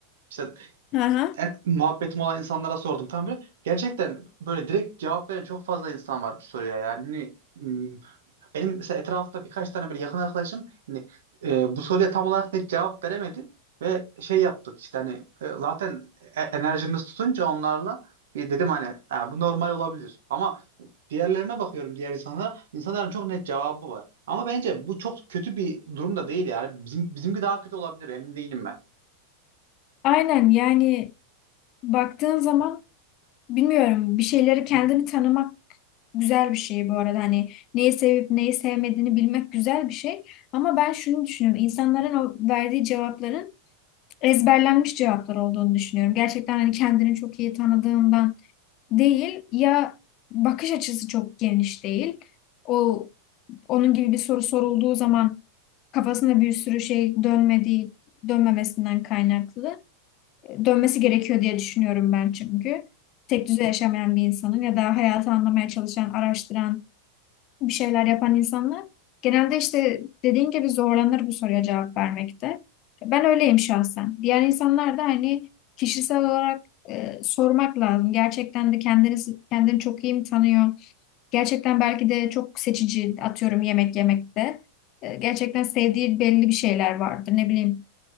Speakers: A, on the right; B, on the left.
A: işte
B: Hı hı.
A: e, muhabbetim olan insanlara sordum falan böyle. Gerçekten böyle direkt cevap veren çok fazla insan var bu soruya yani. Hani, hmm, Benim mesela etrafta birkaç tane böyle yakın arkadaşım hani, e, bu soruya tam olarak net cevap veremedi ve şey yaptık işte hani e, zaten e- enerjimiz tutunca onlarla bir dedim hani "Ha, bu normal olabilir ama diğerlerine bakıyorum diğer insanlara insanların çok net cevabı var ama bence bu çok kötü bir durum da değil yani bizim bizimki daha kötü olabilir emin değilim ben.
B: Aynen yani baktığın zaman Bilmiyorum bir şeyleri kendini tanımak güzel bir şey bu arada. Hani neyi sevip neyi sevmediğini bilmek güzel bir şey. Ama ben şunu düşünüyorum. İnsanların o verdiği cevapların ezberlenmiş cevaplar olduğunu düşünüyorum. Gerçekten hani kendini çok iyi tanıdığından değil ya bakış açısı çok geniş değil. O onun gibi bir soru sorulduğu zaman kafasında bir sürü şey dönmediği dönmemesinden kaynaklı dönmesi gerekiyor diye düşünüyorum ben çünkü. Tek düze yaşamayan bir insanın ya da hayatı anlamaya çalışan, araştıran, bir şeyler yapan insanlar genelde işte dediğin gibi zorlanır bu soruya cevap vermekte. Ben öyleyim şahsen. Diğer insanlar da hani kişisel olarak e, sormak lazım. Gerçekten de kendini kendini çok iyi mi tanıyor? Gerçekten belki de çok seçici atıyorum yemek yemekte. E, gerçekten sevdiği belli bir şeyler vardır. Ne bileyim